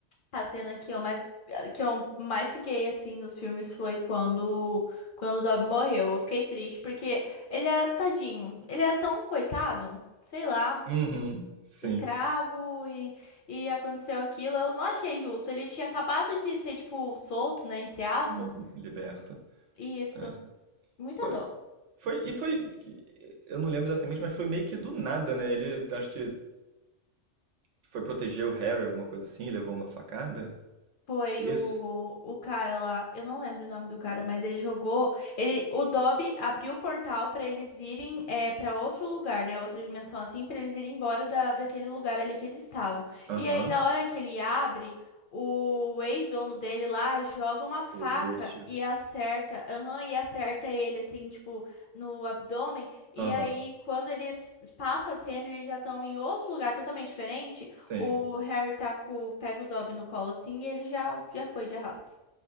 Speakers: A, on the left (about 55°); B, on the right (about 80°).
A: A cena que eu mais que eu mais fiquei assim nos filmes foi quando quando o Dobby morreu. Eu fiquei triste porque ele era tadinho. Ele era tão coitado, sei lá,
B: Uhum. Sim,
A: escravo e e aconteceu aquilo. Eu não achei justo. Ele tinha acabado de ser tipo solto, né, entre
B: sim,
A: aspas.
B: liberta.
A: E isso,
B: É.
A: muita
B: Foi,
A: dor
B: foi- e foi, eu não lembro exatamente, mas foi meio que do nada, né? Ele, acho que foi proteger o Harry, alguma coisa assim, levou uma facada.
A: Foi
B: Isso?
A: o, o cara lá, eu não lembro o nome do cara, mas ele jogou. Ele, o Dobby abriu o portal pra eles irem é, para outro lugar, né? Outra dimensão assim, pra eles irem embora da, daquele lugar ali que eles estavam.
B: Aham.
A: E aí, na hora que ele abre, o ex-dono dele lá joga uma faca
B: O Lúcio.
A: e acerta, aham, e acerta ele assim, tipo, no abdômen. E
B: Aham.
A: aí, quando eles passa a cena, eles já estão em outro lugar totalmente diferente.
B: Sim.
A: O Harry tá com, pega o Dobby no colo assim e ele já, já foi de arrasto.